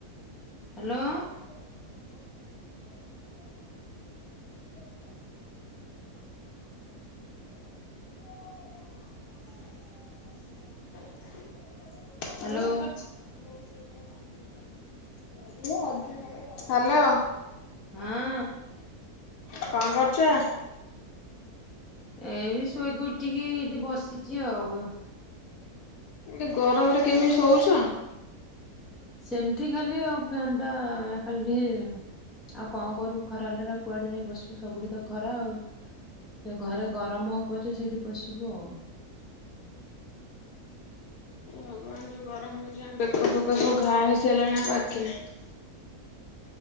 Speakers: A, in the centre; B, on the left (about 85°).
A: ହ୍ୟାଲୋ।
B: <unintelligible> <unintelligible> <unintelligible> <unintelligible>
A: ହ୍ୟାଲୋ
B: ମୁଁ ସେ କାମ କରିନି। ହ୍ୟାଲୋ।
A: ହଁ
B: କଣ କରୁଛ।
A: ଏଇ ଶୋଇକି ଉଠିକି ଏଠି ବସିଛି ଆଉ।
B: ଏଇ ଗରମରେ କେମିତି ଶଉଛ।
A: ସେମିତି ଖାଲି ଆଉ ଫ୍ୟନ୍ ଟା ଖାଲି ଟିକେ ଆଉ କଣ କରିବୁ ଖରା ହେଲେ କୁଆଡେ ଯାଇ ବସିବୁ ସବୁଠି ତ ଖରା ଆଉ। ସେ ଘରେ ଗରମ ହଉ ପଛେ ସେଇଠି ପଶିବୁ ଆଉ।
B: ଭଗବାନ ଯୋଉ ଗରମ ହଉଛି ଆମ ବେକ ଫେକ ସବୁ ଘା ହେଇସାରିଲଣି ଆଉ ବାକି ନାହିଁ।